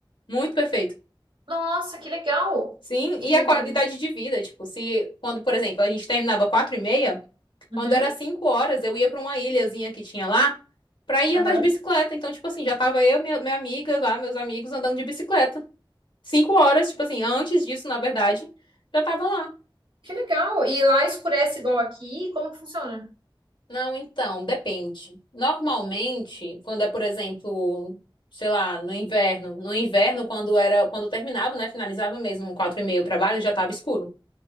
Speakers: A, on the left; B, on the right.
A: Muito perfeito.
B: Nossa, que legal!
A: Sim,
B: E.
A: e a qualidade de vida, tipo, se quando, por exemplo, a gente terminava quatro e meia,
B: Uhum,
A: quando era cinco horas, eu ia pra uma ilhazinha que tinha lá pra ir
B: aham.
A: andar de bicicleta. Então, tipo assim, já tava eu, minha, minha amiga lá, meus amigos andando de bicicleta. Cinco horas, tipo assim, antes disso, na verdade, já tava lá.
B: Que legal! E lá escurece igual aqui? Como que funciona?
A: Não, então, depende. Normalmente, quando é, por exemplo, sei lá, no inverno, no inverno, quando era, quando terminava, né, finalizava mesmo, quatro e meia o trabalho, já estava escuro.